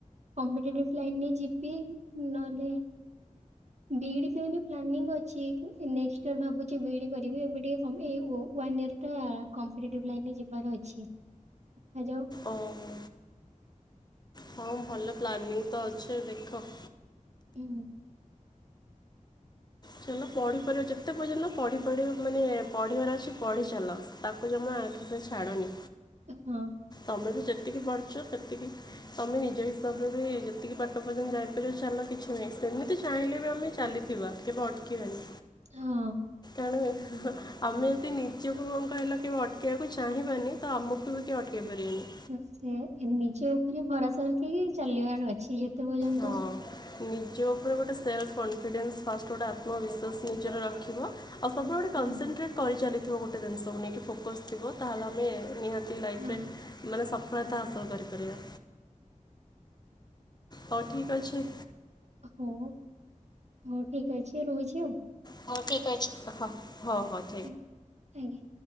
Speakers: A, on the right (about 60°); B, on the left (about 30°).
A: କମ୍ପିଟେଟିଭ୍ ଲାଇନରେ ଯିବି ନହେଲେ ବିଇଡି ପାଇଁ ବି ପ୍ଲାନିଂ ଅଛି ନେକ୍ସଷ୍ଟ ଇୟର ଭାବୁଚି ବିଇଡି କରିବି ଏବେ ଟିକେ କଣଏଇ ଉ ୱାନ୍ ଇୟର। ଟା କମ୍ପିଟେଟିଭ୍ ଲାଇନରେ ଯିବାର ଅଛି ଦେଖାଯାଉ।
B: ଓହୋ ହଁ ଭଲ ପ୍ଲାନିଂ ତ ଅଛି ଦେଖ।
A: ହୁଁ।
B: ଚାଲ ପଢିପାରିବ ଯେତେ ପର୍ଯ୍ୟନ୍ତ ପଢିପାରିବ ମାନେ ପଢିବାର ଅଛି ପଢି ଚାଲ। ତାକୁ ଜମା ଆଖିରେ ଛାଡନି।
A: ହଁ
B: ତମେ ବି ଯେତିକି ପାରୁଚ ସେତିକି ତମେ ନିଜ ହିସାବରେ ବି ଯେତିକି ପାଟ ପର୍ଯ୍ୟନ୍ତ ଯାଇପାରିବ ଚାଲ କିଛି ନାହିଁ ସେମିତି ଚାହିଁଲେ ବି ଆମେ ଚାଲିଥିବା। କେବେ ଅଟକିବାନି।
A: ହଁ।
B: <unintelligible> ଆମେ ଯଦି ନିଜକୁ କଣ କହିଲ କେବେ ଅଟକେଇବାକୁ ଚାହିଁବାନି ତ ଆମକୁ ବି କେହି ଅଟକେଇ ପାରିବେନି।
A: ସେ ନିଜ ଉପରେ ଭରସା ରଖିକି ଚାଲିବାର ଅଛି। ପର୍ଯ୍ୟନ୍ତ
B: ହଁ। ନିଜ ଉପରେ ଗୋଟେ ସେଲ୍ଫ କନଫିଡେନ୍ସ ଫାଷ୍ଟ ଗୋଟେ ଆତ୍ମବିଶ୍ୱାସ ନିଜର ରଖିବ। ଆଉ ସବୁବେଳେ
A: ହଁ
B: କନସେନଟ୍ରେଟ୍ କରିଚାଲିଥିବ ଗୋଟେ ଜିନିଷକୁ ନେଇକି ଫୋକସ୍ ଥିବ ତାହେଲେ ଆମେ ନିହା ଲାଇଫିରେ
A: ହଁ
B: ମାନେ ସଫଳତା ହାସଲ କରିପାରିବା। ହୋଉ ଠିକ୍ ଅଛି।
A: ହୋଉ ହୋଉ ଠିକ୍ ଅଛି ରହୁଚି ଆଉ।
B: ହୋଉ ଠିକ୍ ଅଛି ରଖ ହୋଉ ହୋଉ।
A: ଆଜ୍ଞା ଆଜ୍ଞା।